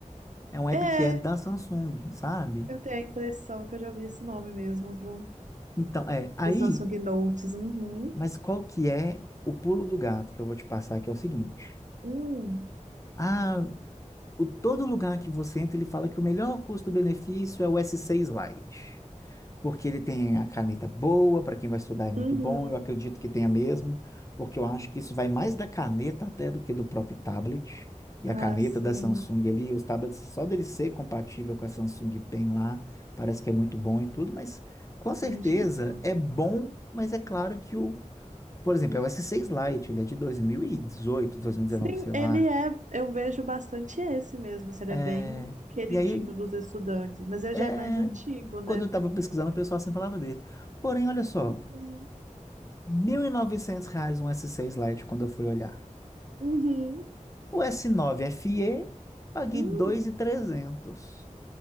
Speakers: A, on the left (about 25°); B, on the right (about 70°).
A: É um app
B: É,
A: que é da Samsung, sabe?
B: eu tenho a impressão que eu já ouvi esse nome mesmo, viu?
A: Então, é, aí,
B: Do Samsung Notes. Uhum.
A: mas qual que é o pulo do gato que eu vou te passar, que é o seguinte.
B: Hum.
A: Ah, o, todo lugar que você entra, ele fala que o melhor custo-benefício é o S6 Lite, porque ele tem a caneta boa, para quem vai estudar é muito
B: Uhum.
A: bom, eu acredito que tenha mesmo, porque eu acho que isso vai mais da caneta até do que do próprio tablet. E
B: Ah,
A: a caneta
B: sim.
A: da Samsung ali, os tablets, só dele ser compatível com a Samsung Pen lá, parece que é muito bom e tudo, mas com certeza
B: Imagino.
A: é bom, mas é claro que o, por exemplo, é o S6 Lite, ele é de 2018, 2019,
B: Sim,
A: sei lá.
B: ele é, eu vejo bastante esse mesmo, assim, ele
A: É,
B: é bem queridinho
A: e aí,
B: dos estudantes, mas ele
A: É,
B: já é mais antigo, né?
A: quando eu estava pesquisando, o pessoal sempre falava dele. Porém, olha só,
B: Uhum.
A: 1.900 reais um S6 Lite quando eu fui olhar.
B: Uhum.
A: O S9 FE, paguei
B: Hum,
A: dois mil e trezentos.